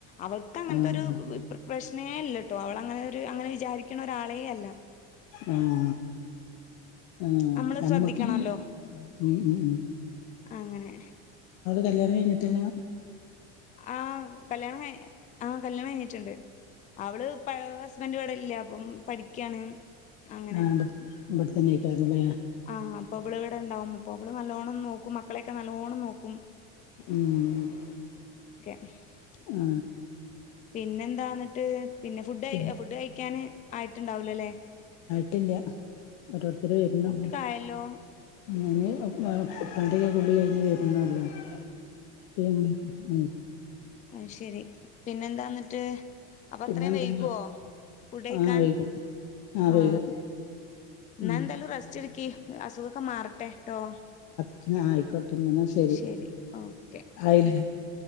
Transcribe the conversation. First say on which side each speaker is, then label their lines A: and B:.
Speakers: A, on the left; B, on the left.
A: അവർക്ക് അങ്ങനത്തൊരു
B: ആഹ്
A: പ്രശ്നേയില്ലട്ടോ അവളങ്ങനൊരു അങ്ങനെ വിചാരി രിക്കണ ഒരാളേയല്ല
B: ഉം ഉം
A: നമ്മള്
B: എമക്ക്
A: ശ്രദ്ധിക്കണല്ലോ
B: ഉം ഉം ഉം
A: അങ്ങനെ
B: കല്ല്യാണം കഴിഞ്ഞിട്ടെന്യ
A: ആ കല്യാണം കൈ ആ കല്യാണം കഴിഞ്ഞിട്ടുണ്ട് അവള് പഴയ ഹസ്ബന്റൂടേ ഇല്ല അപ്പം പഠിക്കാണ് അങ്ങനെ
B: നാടോ ഇവിടത്തന്നെ അയിക്കാരുന്നല്ലേയ
A: ആഹ് അപ്പൊ അവള് ഇവിടെ ഉണ്ടാവും അപ്പൊ അവള് നല്ലോണം നോക്കും മക്കളെയൊക്കെ നല്ലോണം നോക്കും
B: ഉം
A: <unintelligible>
B: ആ
A: പിന്നെന്താണ് ട്ട് പിന്നെ ഫുഡെ
B: പിന്നെ
A: ഫുഡ് കഴിക്കാന് ആയിട്ടുണ്ടാവുലല്ലേ
B: ട്ടില്യ ഓരോരുത്തര് വര്ന്നൊ
A: ആയല്ലോ
B: നിങ്ങൾ <unintelligible> ഉപ്പുണ്ടേയിതില്ല് <unintelligible> വരുന്നുള്ളു പിന്നെ മൂ
A: അയ്ശരി പിന്നെന്താന്നിട്ട് അപ്പ
B: പിന്നെന്താ
A: അത്രയും വൈകുവോ ഫുഡെയ്ക്കാൻ
B: ആഹ് വൈകും ആഹ്
A: ആ
B: വൈകും
A: എന്നാ
B: ഉം
A: എന്തേലും റസ്റ്റ് ക്കെ അസുഖൊക്കെ മാറട്ടെ ട്ടോ
B: എന്നായിക്കോട്ടെ എന്ന ശെരി
A: ശരി ഓക്കെ
B: ആയിലേ